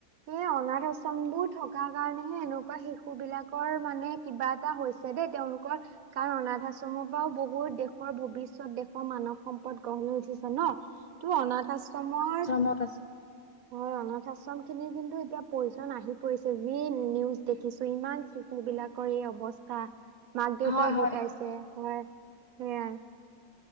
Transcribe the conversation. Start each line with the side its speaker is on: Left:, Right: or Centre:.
Right: সেই অনাথ আশ্ৰম বোৰ থকা কাৰণেহে এনেকুৱা শিশু বিলাকৰ মানে কিবা এটা হৈছে দেই তেওঁলোকৰ। কাৰণ অনাথ আশ্ৰমৰ পৰাও বহুত দেশৰ, ভৱিষ্যত দেশৰ মানৱ সম্পদ গঢ় লৈ উঠিছে ন। তোৰ অনাথ আশ্ৰমৰ
Left: মত আছে
Right: হয়, অনাথ আশ্ৰম খিনিৰ কিন্তু এতিয়া প্ৰয়োজন আহি পৰিছে। যি নিউজ দেখিছো, ইমান মানুহবিলাকৰ এই অৱস্থা। মাক-দেউতাক
Left: হয় হয়
Right: ঢুকাইছে হয়, সেইয়া